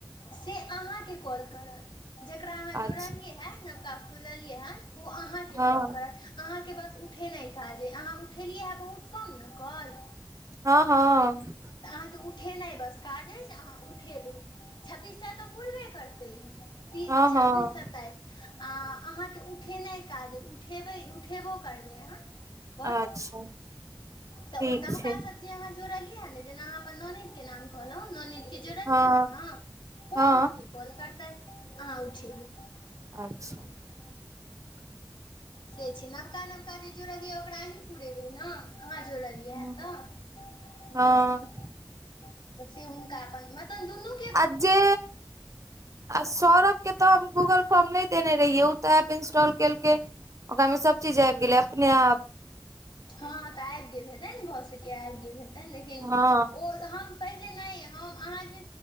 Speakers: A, on the left; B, on the right.
A: से अहाँके कॉल करत जेकरा अहाँ जुड़लियै
B: अच्छा
A: हँ, नवका खोललियै हँ। ओ अहाँके
B: हँ
A: कॉल करत। अहाँके बस उठेनाइ काज अइ, अहाँ उठेलियै हँ, बहुत कम ने कॉल।
B: हँ हँ
A: तऽ अहाँके उठेनाइ बस काज अछि, अहाँ उठेबै। छब्बीसटा तऽ पूरे करतै, ई
B: हँ हँ
A: छब्बीस
B: हँ
A: स्ताइस। आ अहाँके उठेनाइ काज छै, उठेबै, उठेबो करबै अहाँ। कॉल
B: अच्छा
A: तऽ
B: ठीक
A: ओना।
B: छै
A: जोड़लियै ने, जेना अहाँ अपन ननैदके नाम कहल। जोड़लियै
B: हँ
A: ने अहाँ, ओ
B: हँ
A: अहाँके कॉल करतै, अहाँ उठेबै। <unintelligible>
B: अच्छा <inaudible>
A: से छै नवका नवका जे जुड़लै, ओकरा अहीं पुरेबै ने, अहाँ जोड़लियै। ईहा
B: ह
A: तऽ, हू
B: हँ
A: से हुनका मतलब दुनूमे।
B: अ जे आ सौरभ के तऽ हम गूगल फॉर्म नहि देने रहियै ओ तऽ एप इंस्टॉल केलकै ओकरा में सब चीज आबि गेलै अपने आप
A: हँ तऽ आबि गेल हेतै भऽ सके आबि गेल हेतै लेकिन
B: हँ
A: ओ हम पहिले नइ ह आहा जे